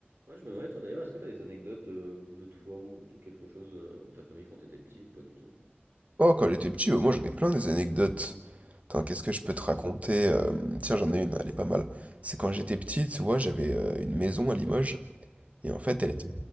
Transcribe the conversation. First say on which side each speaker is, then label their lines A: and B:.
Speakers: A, on the right; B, on the right.
A: Ouais, je me demandais, toi d'ailleurs, est-ce que t'as des anecdotes euh, de toi ou de quelque chose euh, ou de ta famille quand t'étais petit ou pas du tout?
B: Oh, quand j'étais petit, euh, moi j'en ai plein des anecdotes. Attends, qu'est-ce que je peux te raconter?
A: Oui.
B: Euh, tiens, j'en ai une, elle est pas mal. C'est quand j'étais petit, tu vois, j'avais euh, une maison à Limoges, et en fait,
A: Ok,
B: elle était,